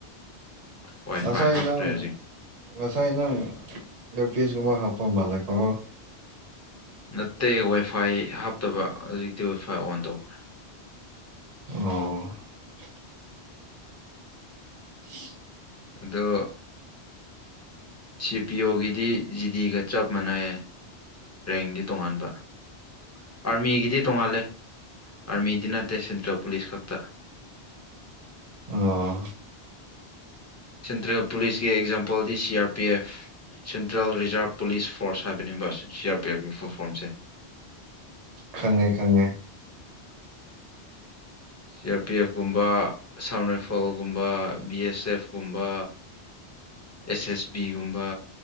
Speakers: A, on the left (about 20°); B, on the right (about 40°).
A: ꯋꯥꯏ
B: ꯅꯁ
A: ꯐꯥꯏ ꯍꯥꯞꯈ꯭ꯔꯦ
B: ꯏꯅ
A: ꯍꯧꯖꯤꯛ
B: ꯑꯣꯁꯩꯅ ꯏꯔ ꯄꯤꯁꯒꯨꯝꯕ ꯍꯥꯞꯄ ꯂꯀꯣ
A: ꯅꯠꯇꯦ ꯋꯥꯏꯐꯥꯏ ꯍꯥꯞꯇꯕ ꯍꯧꯖꯤꯛꯇꯤ ꯋꯥꯏꯐꯥꯏ ꯑꯣꯟ ꯇꯧꯈ꯭ꯔꯦ
B: ꯑꯣ ꯍ
A: ꯑꯗꯣ ꯁꯤ ꯄꯤ ꯑꯣꯒꯤꯗꯤ ꯖꯤꯗꯤꯒ ꯆꯞ ꯃꯥꯟꯅꯩꯌꯦ ꯔꯦꯡꯗꯤ ꯇꯣꯉꯥꯟꯕ ꯑꯥꯔꯃꯤꯒꯤꯗꯤ ꯇꯣꯡꯉꯥꯜꯂꯦ ꯑꯔꯃꯤꯗꯤꯅꯥꯇ ꯁꯦꯟꯇ꯭ꯔꯦꯜ ꯄꯨꯂꯤꯁ ꯀꯥꯛꯇꯥ
B: ꯑꯣ
A: ꯁꯦꯟꯇ꯭ꯔꯦꯜ ꯄꯨꯂꯤꯁꯀꯤ ꯑꯦꯛꯖꯥꯝꯄꯜꯗꯤ C R P F central reserve police force ꯍꯥꯏꯕꯅꯦꯕ ꯁꯤ ꯑꯥꯔ ꯄꯤ ꯑꯦꯐꯀꯤ ꯐꯣꯔꯝꯁꯦ
B: ꯈꯪꯉꯦ ꯈꯪꯉꯦ
A: ꯁꯤ ꯑꯥꯔ ꯄꯤ ꯑꯦꯐ ꯀꯨꯝꯕ ꯁꯝ ꯔꯥꯏꯐꯜꯒꯨꯝꯕ ꯕꯤ ꯑꯦꯁ ꯑꯦꯐ ꯨꯝꯕ ꯑꯦꯁ ꯑꯦꯁ ꯕꯤꯒꯨꯝꯕ